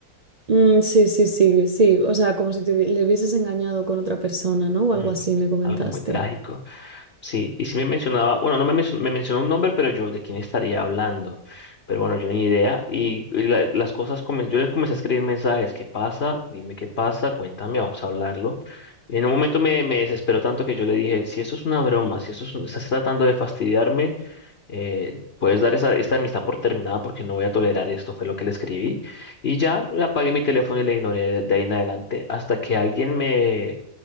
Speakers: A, on the right; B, on the left.
A: mm, sí, sí, sí, sí. O sea, como si te hubi- le hubieses engañado con otra persona, ¿no? O
B: Mm,
A: algo así, me comentaste.
B: algo muy trágico. Sí, y sí me mencionaba, bueno, no me, menc- me mencionó un nombre, pero yo de quién estaría hablando. Pero bueno, yo ni idea. Y, y la- las cosas, comen- yo les comencé a escribir mensajes. ¿Qué pasa? Dime qué pasa, cuéntame, vamos a hablarlo. Y en un momento me, me desesperó tanto que yo le dije, si esto es una broma, si esto es un- estás tratando de fastidiarme, eh, puedes dar esa, esta amistad por terminada porque no voy a tolerar esto, fue lo que le escribí. Y ya apagué mi teléfono y le ignoré de de ahí en adelante hasta que alguien me